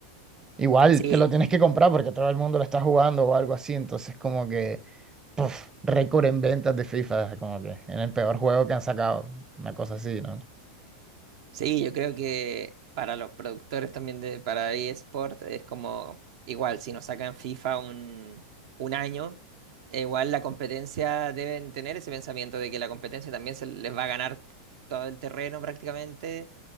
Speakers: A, on the right; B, on the right.
A: Igual
B: Sí,
A: te lo tienes que comprar porque todo el mundo lo está jugando o algo así, entonces como que, puf, récord en ventas de FIFA, como que en el peor juego que han sacado, una cosa así, ¿no?
B: Sí, yo creo que para los productores también de para eSport es como igual, si nos sacan FIFA un, un año, eh, igual la competencia deben tener ese pensamiento de que la competencia también se les va a ganar todo el terreno prácticamente